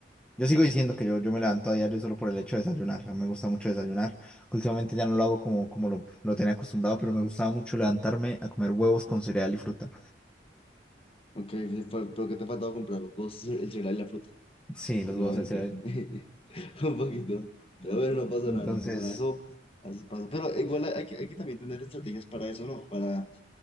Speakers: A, in the centre; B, on the left.
A: yo sigo diciendo que yo, yo me levanto a diario solo por el hecho de desayunar. A mí me gusta mucho desayunar. Últimamente ya no lo hago como, como lo, lo tenía acostumbrado, pero me gustaba mucho levantarme a comer huevos con cereal y fruta.
B: Ok, sí, fue- pero que te ha faltado comprar los dos, <laughs> el cereal y la fruta
A: Sí,
B: últimamente.
A: los huevos del cereal.
B: <laughs> Un poquito. Pero bueno, no pasa
A: Entonces,
B: nada, no pasa nada. Eso así pasa. Pero igual hay, hay que, hay que también tener estrategias para eso, ¿no? Para,